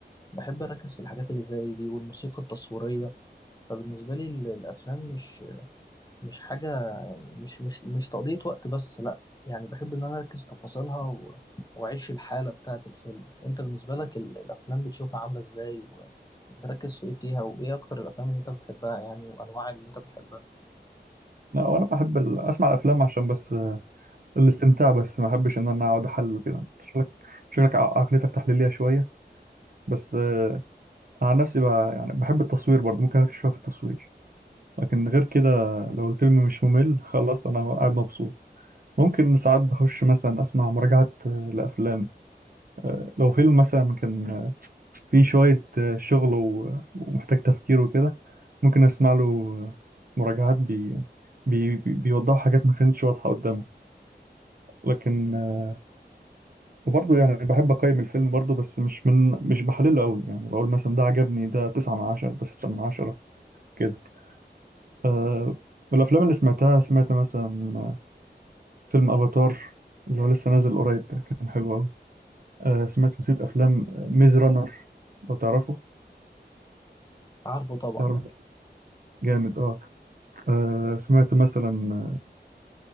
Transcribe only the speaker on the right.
لا وانا بحب ال- اسمع الافلام عشان بس آه، الاستمتاع بس ما بحبش ان انا اقعد احلل كده شكلك شكلك ع- عقليتك تحليليه شويه بس آه، عن نفسي بقى يعني بحب التصوير برضه ممكن اركز شويه في التصوير لكن غير كده لو الفيلم مش ممل خلاص انا قاعد مبسوط ممكن ساعات بخش مثلا اسمع مراجعات آه، لافلام آه، لو فيلم مثلا كان في شوية آه، شغل و- ومحتاج تفكير وكده ممكن أسمع له آه، مراجعات بي بي بي- بيوضحوا حاجات ما كانتش واضحة قدامه لكن آه، وبرضه يعني بحب أقيم الفيلم برضه بس مش من مش بحلله أوي يعني بقول مثلا ده عجبني ده تسعة من عشرة ده ستة من عشرة كده آه، والأفلام اللي سمعتها سمعت مثلا آه، فيلم أفاتار اللي هو لسه نازل قريب ده كان حلو أوي آه، سمعت نسيت أفلام ميز رانر لو تعرفه
تعرف جامد اه آه، سمعت مثلا آه،